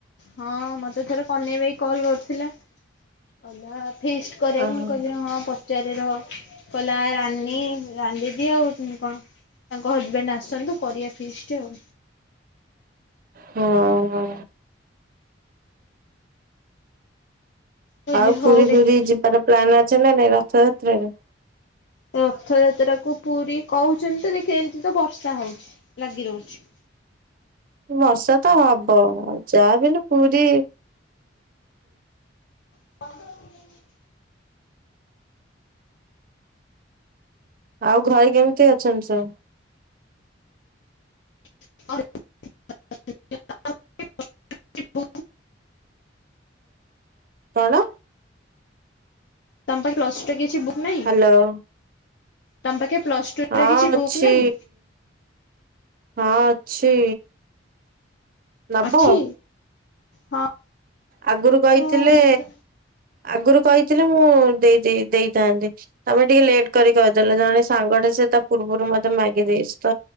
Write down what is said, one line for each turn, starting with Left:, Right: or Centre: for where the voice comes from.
Left: ହଁ ମତେ ଥରେ କନେଇ ଭାଇ କଲ୍ କରିଥିଲା କହିଲା ଫିଷ୍ଟ କରିବାକୁ
Right: ଓହୋ
Left: ମୁଁ କହିଲେ ହଁ ପଚାରେ ରହ କଇଲା ରାନି ରାନ୍ ଦିଦି ଆଉ କଣ ତାଙ୍କ ହଜବେଣ୍ଡ ଆସନ୍ତୁ କରିବା ଫିଷ୍ଟ ଆଉ।
Right: ହଁ ହଁ।
Left: କହିଲି
Right: ଆଉ
Left: ହଉ
Right: ପୁରୀ
Left: ଦେଖି
Right: ଫୁରି ଯିବାର ପ୍ଲାନ୍ ଅଛି ନା ନାଇଁ ରଥଯାତ୍ରାରେ।
Left: ରଥଯାତ୍ରା କୁ ପୁରୀ କହୁଚନ୍ତି ତ ଦେଖ ଏମିତି ତ ବର୍ଷା ହଉଚି ଲାଗି ରହୁଚି।
Right: ବର୍ଷା ତ ହବ ଯାହା ବି ହେଲେ ପୁରୀ
Left: <inaudible>
Right: ଆଉ ଘରେ କେମିତି ଅଛନ୍ତି ସଵ୍।
Left: <unintelligible>
Right: <inaudible> କଣ
Left: ତମ ପାଖେ ପ୍ଲସଟୁ କିଛି ବହି ନାହିଁ
Right: ହ୍ୟାଲୋ
Left: ତମ ପାଖେ ପ୍ଲସ ଟୁ
Right: ହଁ
Left: ରେ କିଛି
Right: ଅଛି।
Left: ବୁକ୍ ନାହିଁ
Right: ହଁ ଅଛି ନବୁ
Left: ଅଛି ହଁ
Right: ଆଗରୁ କହିଥିଲେ
Left: ମୁଁ
Right: ଆଗରୁ କହିଥିଲେ ମୁଁ ଦେଇ ଦେଇ ଦେଇଥାନ୍ତି। ତମେ ଟିକେ ଲେଟ୍ କରି କହିଦେଲେ ଜଣେ ସାଙ୍ଗଟେ ସେ ତା ପୂର୍ବରୁ ମତେ ମାଗି ଦେଇଛି ତ।